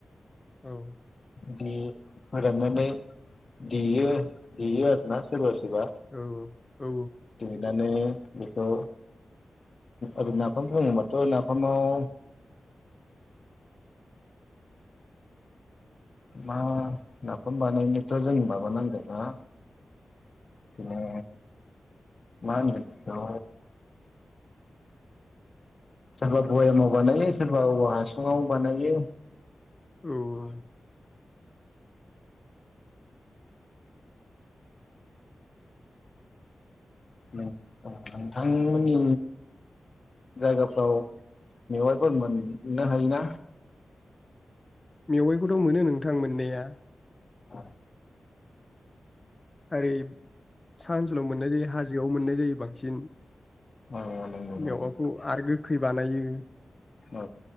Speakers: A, on the left; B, on the left.
A: औ
B: दे फोराननानै देयो-देयो आरो ना सोरबा सोरबा
A: औ औ
B: नानै बेखौ ओरै नाफाम बुंङोबाथ' नाफामाव मा नाफाम बानायनोथ' जों माबानांगोन ना दिनो मा होनगोन बेखौ सोरबा बयामाव बानायो सोरबा औवा हासुंङाव बानायो।
A: औ औ
B: नों ओं नोंथांमोननि जायगाफ्राव मेवाइफोर मोन नो हायोना?
A: मेवाइखौथ' मोनो नोंथां मोननाया।
B: औ
A: आरै सानसेल' मोननाय जायो हाजो जो आव मोननाय जायो बांसिन
B: औ नंगौ
A: मेवाखौ
B: नंगौ
A: आरो गोग खै बानायो
B: औ